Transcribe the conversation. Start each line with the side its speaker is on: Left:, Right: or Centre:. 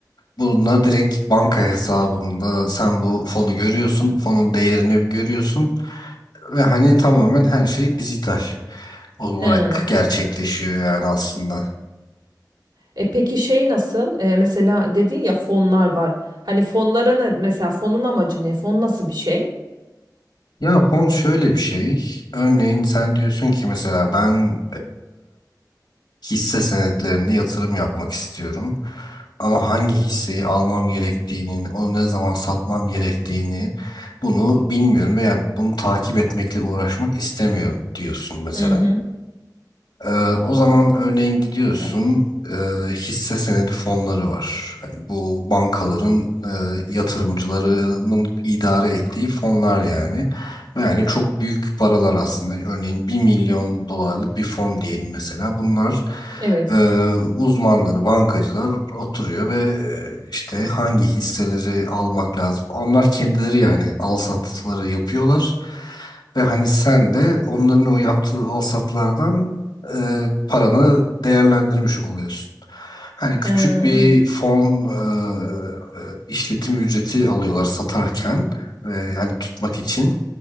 Left: bunlar direkt banka hesabında sen bu fonu görüyorsun, fonun değerini görüyorsun ve hani tamamen her şey dijital olarak
Right: He.
Left: gerçekleşiyor yani aslında.
Right: E peki şey nasıl? E, mesela dedin ya fonlar var. Hani fonlara ne, mesela fonun amacı ne? Fon nasıl bir şey?
Left: Ya fon şöyle bir şey. Örneğin sen diyorsun ki mesela ben hisse senetlerine yatırım yapmak istiyorum. Ama hangi hisseyi almam gerektiğini, onu ne zaman satmam gerektiğini bunu bilmiyorum veya bunu takip etmekle uğraşmak istemiyorum diyorsun mesela.
Right: Hı hı.
Left: Ee, o zaman örneğin gidiyorsun e, hisse senedi fonları var. Hani bu bankaların e, yatırımcılarının idare ettiği fonlar yani. Ve Yani çok büyük paralar aslında. Örneğin bir milyon dolarlık bir fon diyelim mesela. Bunlar
Right: Evet.
Left: e, uzmanları, bankacılar oturuyor ve e, işte hangi hisseleri almak lazım. Onlar kendileri yani al satları yapıyorlar. Ve hani sen de onların o yaptığı al satlardan e, paranı değerlendirmiş oluyorsun. Hani küçük
Right: He.
Left: bir fon e, e, işletim ücreti alıyorlar satarken e, hani tutmak için.